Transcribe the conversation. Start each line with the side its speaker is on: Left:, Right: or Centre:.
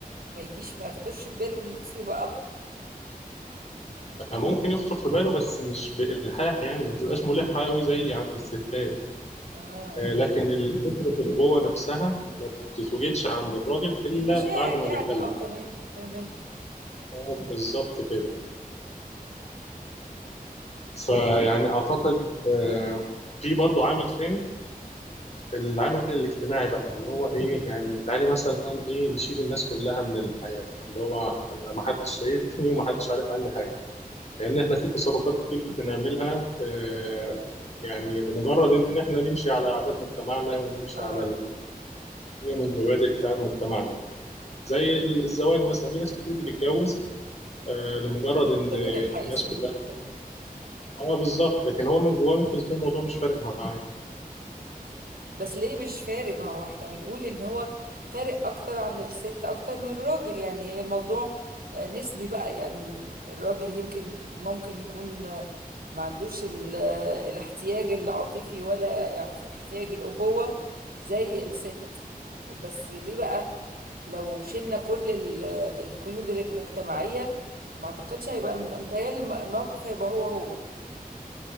Right: ما يجيش ما يخطرش في باله ان نفسه يبقى اب
Left: آه، ممكن يخطر في باله بس مش بالحاح يعني ما بتبقاش ملحه قوي زي عند الستات
Right: اه
Left: آه، لكن ال- فكره الابوه نفسها ما بتتوجدش عند الراجل الا
Right: المشاعر
Left: بعد ما
Right: يعني
Left: بيخلف
Right: اه تمام فهمك
Left: آه، بالظبط كده فيعني
Right: طب
Left: اعتقد آه، في برضه عامل تاني العامل الاجتماعي بقى اللي هو ايه يعني تعالي مثلا ايه نشيل الناس كلها من الحياة اللي هو انا ما حدش شايفني وما حدش عارف عني حاجة لان احنا في تصرفات كتير بنعملها آه يعني لمجرد ان احنا نمشي على عادات مجتمعنا ونمشي
Right: اه
Left: على القيم والمبادئ بتاعت مجتمعنا زي ال- الزواج مثلا في ناس كتير بتتجوز آه لمجرد ان
Right: سنة الحياة
Left: الناس
Right: سنة
Left: كلها
Right: الحياة
Left: اه بالظبط لكن هو من جواه ممكن يكون الموضوع مش فارق معاه
Right: بس ليه مش فارق ما هو احنا بنقول ان هو فارق اكتر عن الست اكتر من الراجل يعني هي الموضوع آه، نسبي بقى يعني الراجل يمكن ممكن يكون آه، ما عندوش ال- آه، الاحتياج العاطفي ولا احت- احتياج الأبوة زي الست بس ليه بقى لو شلنا كل ال- آه، القيود المجتمعية ما اعتقدش هيبقى متهيألي الم- الموقف هيبقى هو هو